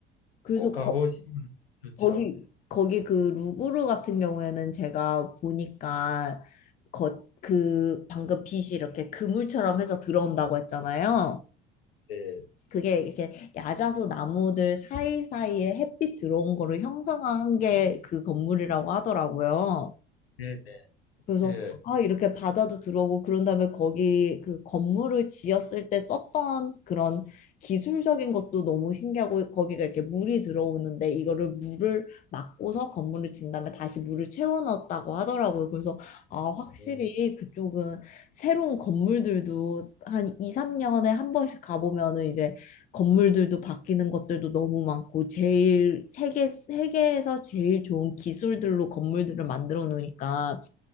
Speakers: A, on the left; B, on the left.
A: 그래서
B: 꼭 가보시면
A: 거,
B: 좋죠.
A: 거기 거기 그 루브르 같은 경우에는 제가 보니까 거, 그 방금 빛이 이렇게 그물처럼 해서 들어온다고 했잖아요.
B: 네,
A: 그게 이렇게 야자수 나무들 사이사이에 햇빛 들어온 거를 형상화한 게 그 건물이라고 하더라고요.
B: 네, 네.
A: 그래서
B: 예.
A: 아 이렇게 바다도 들어오고 그런 다음에 거기 그 건물을 지었을 때 썼던 그런 기술적인 것도 너무 신기하고 거기가 이렇게 물이 들어오는데 이거를 물을 막고서 건물을 진 다음에 다시 물을 채워 넣었다고 하더라고요. 그래서 아 확실히
B: 네.
A: 그쪽은 새로운 건물들도 한 2, 3년에 한 번씩 가보면은 이제 건물들도 바뀌는 것들도 너무 많고 제일 세계 세계에서 제일 좋은 기술들로 건물들을 만들어 놓으니까